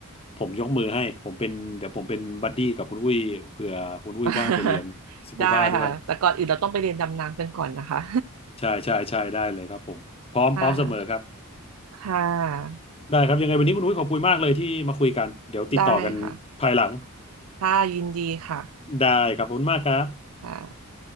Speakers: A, on the left (about 25°); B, on the right (about 75°).
A: ผมยกมือให้ผมเป็นเดี๋ยวผมเป็นบัดดี้กับคุณอุ้ยเผื่อคุณอุ้ยว่างไปเรียนสกูบ้าด้วย
B: <laughs> ได้ค่ะแต่ก่อนอื่นเราต้องไปเรียนดำน้ำกันก่อนนะคะ
A: ใช่ใช่ใช่ได้เลยครับผมพร้อมพร้อมเสมอครับ
B: <laughs> ค่ะค่ะ
A: ได้ครับยังไงวันนี้คุณอุ้ยขอบคุณมากเลยที่มาคุยกันเดี๋ยวติดต่อกันภายหลัง
B: ได้ค่ะค่ะยินดีค่ะ
A: <laughs> ได้ครับขอบคุณมากครับ
B: ค่ะ